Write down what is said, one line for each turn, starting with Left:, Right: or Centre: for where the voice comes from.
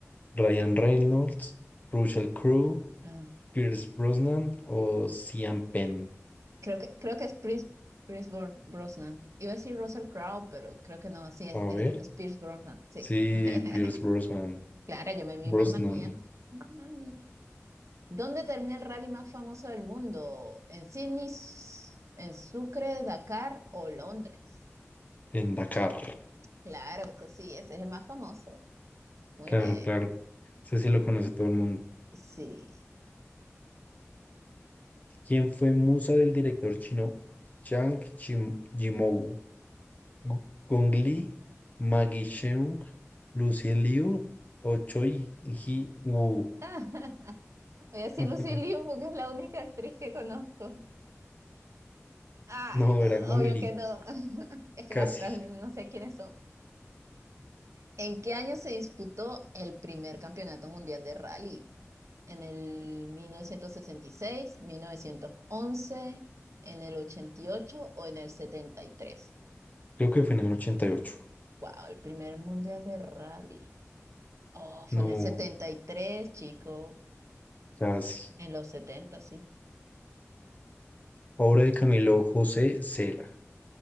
Left: Ryan Reynolds, Russell Crowe,
Right: Ah,
Left: Pierce Brosnan o Sean Penn.
Right: Creo que, creo que es Pierce, Pierce Bro- Brosnan. Iba a decir Russell Crowe, pero creo que no, sí, es,
Left: A
Right: es,
Left: ver.
Right: es Pierce Brosnan, sí.
Left: Sí,
Right: <laughs>
Left: Pierce Brosnan.
Right: Claro, yo me vi,
Left: Brosnan
Right: mamá mía, mamá mía. ¿Dónde termina el rally más famoso del mundo? ¿En Sydney, S- en Sucre, Dakar o Londres?
Left: en Dakar.
Right: Claro, ese sí, ese es el más famoso. Muy
Left: Claro,
Right: bien,
Left: claro. Sé si lo conoce todo el mundo.
Right: sí.
Left: quien fue musa del director chino Zhang Chim- Yimou, Gu- Gong Li, Maggie Cheung, Lucy Liu o Choi Ji Woo.
Right: <laughs> Voy a decir
Left: <laughs>
Right: Lucy Liu porque es la única actriz que conozco. Ay,
Left: No,
Right: no,
Left: era Gong
Right: obvio
Left: Li,
Right: que no. <laughs> Es que
Left: casi.
Right: las otras ni- no sé quiénes son. ¿En qué año se disputó el primer campeonato mundial de rally? ¿En el mil mil novecientos sesenta y seis, mil novecientos once, en el 88 o en el setenta y tres.
Left: Creo que fue en el 88.
Right: Wow, el primer mundial de rally. Oh, fue
Left: No,
Right: en el 73, chico.
Left: casi.
Right: En los setenta, sí.
Left: Obra de Camilo José Cela,